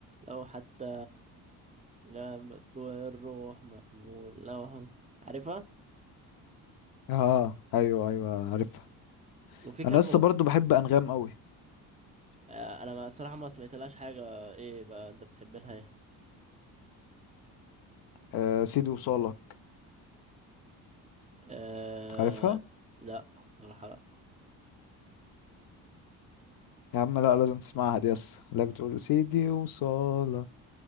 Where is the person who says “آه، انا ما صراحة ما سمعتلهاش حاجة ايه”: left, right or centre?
Right